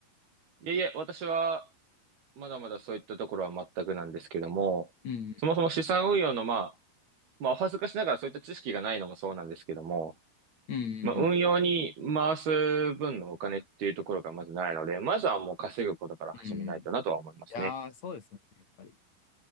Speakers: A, on the right (about 70°); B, on the left (about 50°).
A: い。いえいえ、私は、まだまだそういったところは全くなんですけども、
B: うん。
A: そもそも資産運用の、まあ、まあ、お恥ずかしながらそういった知識がないのもそうなんですけども、
B: うんうんうん
A: まあ、運用に回す分のお金っていうところがまずないので、まずはもう稼ぐことから始めないとなとは思いますね。
B: うん。いやー、そうですよね、やっぱり。